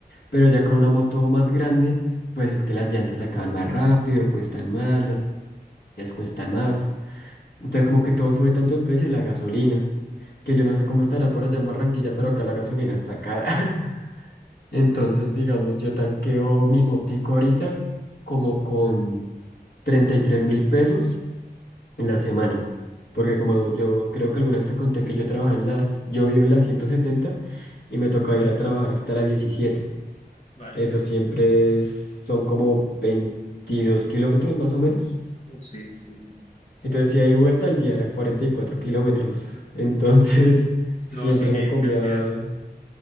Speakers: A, on the left; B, on the left.
A: Pero ya con una moto más grande, pues es que las llantas se acaban más rápido, cuestan más, las piezas cuestan más. Entonces como que todo sube tanto el precio, la gasolina, que yo no sé cómo estará por allá en Barranquilla, pero acá la gasolina está cara. <laughs> Entonces, digamos, yo tanqueo mi motico ahorita como con 33 mil pesos en la semana. Porque como yo creo que alguna vez te conté que yo trabajaba en las, yo vivo en las 170 y me toca ir a trabajar hasta la 17.
B: vale,
A: Eso
B: sí.
A: siempre es- son como 22 kilómetros más o menos.
B: Uf, sí, sí.
A: Entonces, si hay vuelta al día eran 44 kilómetros. Entonces, <laughs> siempre
B: No, sí, qué
A: me comía,
B: cantidad.